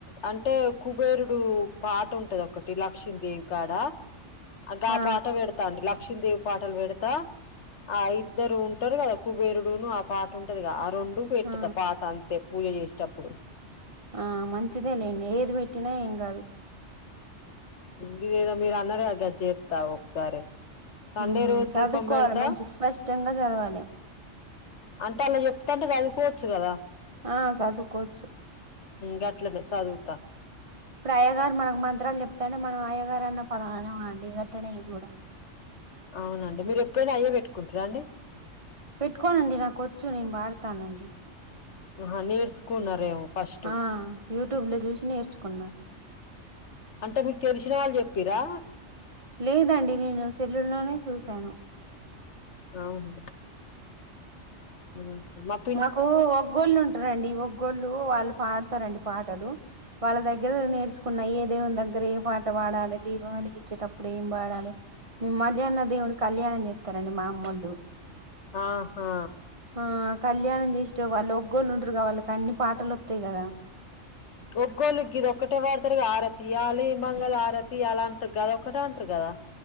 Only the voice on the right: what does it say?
ఆ
ఆ
ఆ మంచిదే లేండి ఏది పెట్టినా ఏం కాదు
ఉమ్
చదువుకోవాలి
మంచి స్పష్టంగా చదవాలి
ఆ చదువుకోవచ్చు
ఇప్పుడు అయ్యగారు మనకు మంత్రాలు చెప్తంటే మనం అయ్యగారు అన్న పదాన అండి గట్నే ఇది కూడా
పెట్టుకోనండి నాకు వచ్చు నేను వాడతానండి
ఆ యూట్యూబ్ లో చూసి నేర్చుకున్నా
లేదండి నేను సెల్లుల్లోనే చూశాను
మాకు ఒగ్గోళ్ళు ఉంటారండి ఒగ్గోళ్ళు వాళ్ళు పాడతారండి పాటలు వాళ్ళ దగ్గర నేర్చుకున్నా ఏదేవుని దగ్గర ఏం పాట పాడాలి దీపం వెలిగించేటప్పుడు ఏం పాడాలే మ మల్యాన్న దేవుని కళ్యాణం చేస్తారండి మా అమ్మోళ్ళు
ఆ కళ్యాణం చేసటే వాళ్ళు ఒగోళ్ళు ఉంటారు కద వాళ్ళకి అన్ని పాటలు వస్తాయి కదా